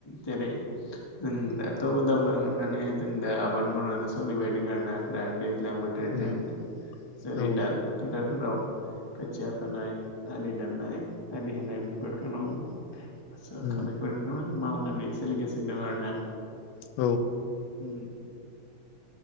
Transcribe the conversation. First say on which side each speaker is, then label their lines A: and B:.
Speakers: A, on the left (about 20°); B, on the left (about 85°).
A: जेरै जों दाथ दावगालांनाय माने जों दा आबाद मावनानै सोलिबाय दं आरो ना दा दैज्लां बोथोरजों
B: उम
A: जेरै
B: औ
A: दा फोथा <unintelligible> खोथिया फोनाय आलि दाननाय आलि होनाय बेफोरखौ <unintelligible> फसा
B: उम
A: <unintelligible> माव माने सोलिगासिनो दं आरो ना
B: औ
A: उ